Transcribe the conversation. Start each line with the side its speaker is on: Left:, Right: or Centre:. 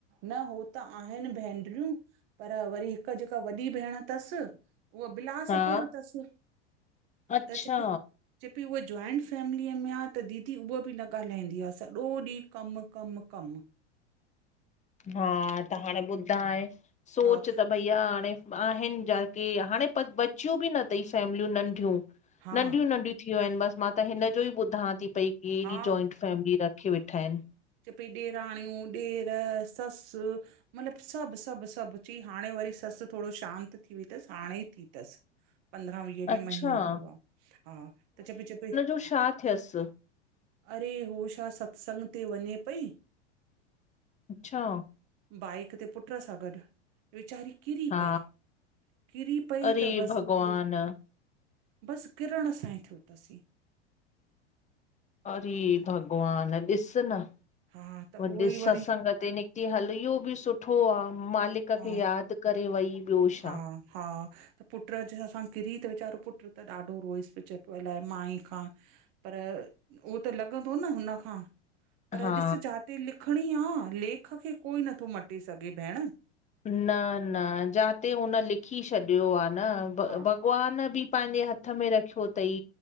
Right: न हो त आहेन भेंनरियूं। पर वरी हिकु जेका वॾी भेण तस उहो बिलासपुर
Left: हा
Right: तस,
Left: अच्छा
Right: त चे पी चए पई, उहा जॉइंट फैमिलीअ में आहे त दीदी, उहा बि न ॻाल्हाईंदी आ, सॼो ॾींह कमु कमु कमु।
Left: हा, त हाणे ॿुधाए, सोच
Right: हा
Left: त भइया, हाणे आहिनि जाके हाणे प बचियूं बि न तई, फैमिलियूं नंढियूं।
Right: हा
Left: नंढियूं नंढियूं थियूं आहिनि बस मां त हिनजो ई ॿुधां थी पई। की एॾी
Right: हा
Left: जॉइंट फैमिली रखीये वेठा आहिन।
Right: च पई, ॾेराणियूं ॾेर ससु मतिलबु सभु सभु सभु चई, हाणे वरी ससु थोरो शांति थी वई तस, हाणे ई थी तस। पंद्रहां वीह ॾींहं
Left: अच्छा
Right: महीनो थियो आ हा, त चे पई चे पई।
Left: पो शा थियस?
Right: अरे हो छा सत्संग ते वञे पई
Left: अच्छा
Right: बाइक ते पुट्र सां गॾु वेचारी किरी
Left: हा
Right: पई किरी पई
Left: अरे
Right: त बसि
Left: भॻवान
Right: उते बसि किरण सां ई थियो अथसीं।
Left: अरे
Right: त
Left: भॻवान ॾिस न
Right: हा त उहो
Left: उ ॾिसस
Right: ई वरी
Left: अ ते निकिती हल ईयो बि सुठो आ। मालिक
Right: हा
Left: खे यादि करे वई। ॿियो छा
Right: हा हा। पुटॼ असां किरी त वीचारो पुट त ॾाढो रोइस पियो चए पियो अलाए माई खां। पर उहो त लॻंदो न हुनखां। पर
Left: हा
Right: ॾिस जाते लिखणी आ लेख खे। कोई नथो मटे सघे भेण।
Left: न, न, जाते हुन लिखी छॾियो आ न भ
Right: हा
Left: भॻवान बि। पंहिंजे हथ में रखियो तई